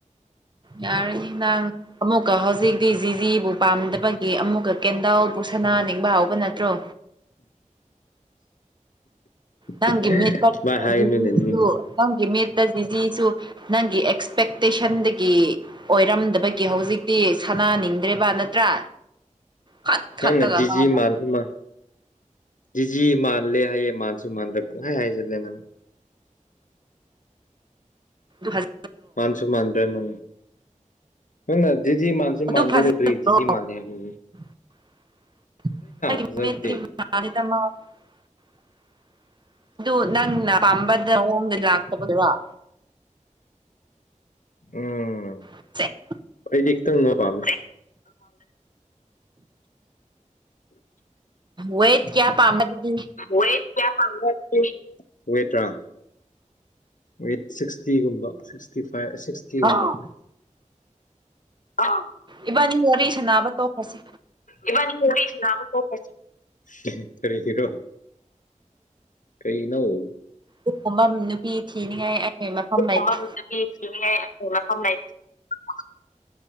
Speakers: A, on the right; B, on the left.
A: ꯌꯥꯔꯅꯤꯅꯥꯡ ꯑꯃꯨꯛꯀ ꯍꯧꯖꯤꯛꯇꯤ ꯖꯤꯖꯤꯕꯨ ꯄꯥꯝꯗꯕꯒꯤ ꯑꯃꯨꯛꯀ ꯀꯦꯟꯗꯥꯎꯜꯕꯨ ꯁꯅꯥꯅꯤꯡꯕ ꯍꯧꯕ ꯅꯠꯇ꯭ꯔꯣ ꯅꯪꯒꯤ
B: ꯎ
A: ꯃꯤꯠꯇ
B: ꯃꯥꯅ ꯍꯥꯏꯅꯣꯅꯦ
A: ꯖꯤꯖꯤꯁꯨ
B: ꯅꯤꯡ
A: ꯅꯪꯒꯤ ꯃꯤꯠꯇ ꯖꯤꯖꯤꯁꯨ <unintelligible> ꯅꯪꯒꯤ ꯑꯦꯛꯁꯄꯦꯛꯇꯦꯁꯟꯗꯒꯤ ꯑꯣꯏꯔꯝꯗꯕꯒꯤ ꯍꯧꯖꯤꯛꯇꯤ ꯁꯅꯥꯅꯤꯡꯗ꯭ꯔꯦꯕ ꯅ ꯇ꯭ꯔꯥ ꯈꯠ ꯈꯠꯂꯒ
B: ꯅꯪꯅ
A: ꯃꯥꯅ
B: <unintelligible> ꯖꯤꯖꯤ ꯃꯥꯜꯂꯦ ꯍꯥꯏꯌꯦ ꯃꯥꯟꯁꯨ ꯃꯥꯟꯗ꯭ꯔꯦ ꯄꯨꯡꯍꯥꯏ ꯍꯥꯏꯁꯤꯜꯂꯦ ꯅꯪ
A: ꯑꯗꯨꯍꯖ
B: ꯃꯥꯟꯁꯨ ꯃꯥꯟꯗ꯭ꯔꯦ ꯅꯪ ꯅꯪꯅ ꯖꯤ ꯖꯤ ꯃꯥꯁꯨ
A: ꯑꯗꯨ
B: ꯃꯥꯥꯟꯗꯦꯔ
A: ꯐꯖꯗ꯭ꯔꯣ
B: ꯀꯔꯤ ꯖꯤ ꯖꯤ ꯃꯥꯥꯟꯂꯦ ꯍꯥꯏꯕ꯭ꯔꯣ
A: <unintelligible>
B: ꯐꯖꯕꯗꯤ
A: <unintelligible> ꯑꯗꯨ ꯅꯪꯅ ꯄꯥꯝꯕꯗ ꯅꯌꯣꯡꯗ ꯂꯥꯛ <unintelligible>
B: ꯎꯝ
A: ꯑꯩꯉꯣꯟꯗ
B: ꯑꯩꯗꯤ ꯈꯤꯇꯪ ꯅꯣꯏ ꯄꯥꯝꯃꯦ
A: ꯋꯦꯠ ꯀꯌꯥ ꯄꯥꯝꯕ ꯑꯗꯨꯗꯤ
B: ꯋꯦꯠ ꯀꯌꯥ ꯄꯥꯝꯕ꯭ꯔ ꯑꯗꯨꯗꯤ ꯋꯦꯠꯂꯣ ꯋꯦꯠ ꯁꯤꯛꯁꯇꯤꯒꯨꯝꯕ ꯁꯤꯛꯁꯇꯤ ꯐꯥꯏꯚ ꯁꯤꯛꯁꯇꯤꯒꯨꯝꯕ
A: ꯑꯥ
B: ꯍꯣꯏ ꯑꯥ
A: ꯏꯕꯥꯅꯤ ꯋꯥꯔꯤ ꯁꯥꯅꯕ ꯇꯣꯛꯈ꯭ꯔꯁꯦ
B: ꯏꯕꯥꯅꯤ ꯋꯥꯔꯤ ꯁꯥꯟꯅꯕ ꯇꯣꯛꯈ꯭ꯔꯁꯦ ꯀꯔꯤꯒꯤꯔꯣ ꯀꯩꯅꯣ
A: ꯑꯗꯨꯒꯨꯝꯕ ꯅꯨꯄꯤ ꯊꯤꯅꯤꯡꯉꯥꯏ ꯑꯩ ꯃꯐꯝ
B: <unintelligible>
A: ꯂꯩꯇꯦ